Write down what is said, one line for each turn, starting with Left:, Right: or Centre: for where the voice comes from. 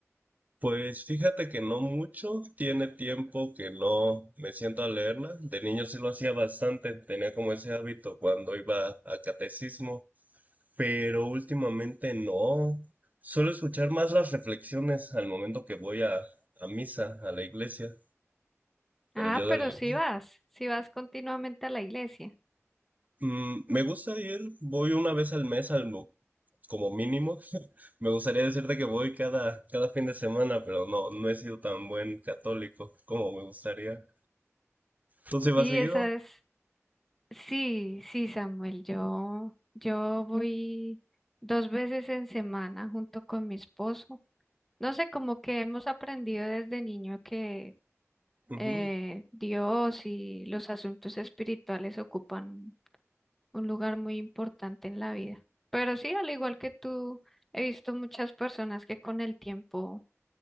Right: Pues fíjate que no mucho. Tiene tiempo que no me siento a leerla. De niño sí lo hacía bastante. Tenía como ese hábito cuando iba a catecismo. Pero últimamente no. Suelo escuchar más las reflexiones al momento que voy a, a misa, a la iglesia. Pero
Centre: Ah,
Right: yo
Centre: pero
Right: de leer,
Centre: sí vas, sí vas continuamente a la iglesia.
Right: mm, me gusta ir, voy una vez al mes al, mo- como mínimo. <laughs> Me gustaría decirte que voy cada, cada fin de semana, pero no, no he sido tan buen católico como me gustaría. ¿Tú sí vas
Centre: Sí,
Right: seguido?
Centre: esa es. Sí, sí, Samuel, yo, yo voy dos veces en semana junto con mi esposo. No sé, como que hemos aprendido desde niño que
Right: ujú.
Centre: eh, Dios y los asuntos espirituales ocupan un lugar muy importante en la vida. Pero sí, al igual que tú, he visto muchas personas que con el tiempo